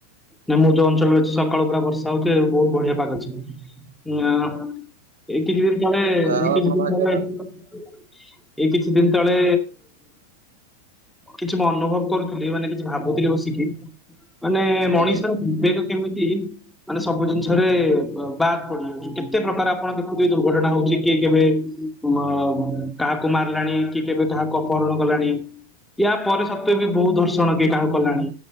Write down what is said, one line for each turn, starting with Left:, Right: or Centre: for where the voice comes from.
Centre: ନ ମୁଁ ଯୋଉ ଅଞ୍ଚଳରେ ଅଛି ସକାଳୁ ପୁରା ବର୍ଷା ହଉଛି ବହୁତ ବଢିଆ ପାାଗ ଅଛି। ନାଁ। ଏଇ କିଛି ଦିନ ତଳେ ଏଇ
Right: ଯାହା ହଉ
Centre: କିଛି
Right: ଆପଣ ଭାଗ୍ୟବାନ
Centre: ଦ ତଳେ ଏଇ କିଛି ଦିନ ତଳେ କିଛି ମୁଁ ଅନୁଭବ କରୁଥିଲି ମାନେ କିଛି ଭାବୁଥିଲି ବସିକି ମାନେ ମଣିଷର
Right: ଆଜ୍ଞା।
Centre: ବିବେକ କେମିତି ମାନେ ସବୁ ଜିନିଷରେ ବାଦ୍ ପଡିଯାଉଛି କେତେ ପ୍ରକାର ଆପଣ ଦେଖୁଥିବେ ଦୁର୍ଘଟଣା ହଉଛି କି କେବେ କାହାକୁ ମାରିଲାଣି କି କେବେ କାହାକୁ ଅପହରଣ କଲାଣି ୟା ପରେ ସତ୍ୱେ ବି ବହୁତ ଧର୍ଷଣ କିଏ କାଣ କଲାଣି